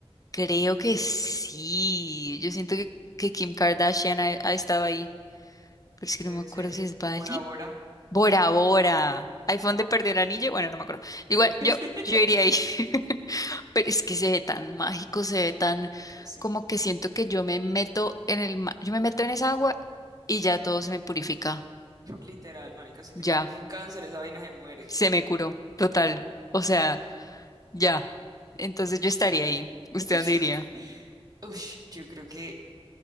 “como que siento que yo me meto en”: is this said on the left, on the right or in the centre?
Left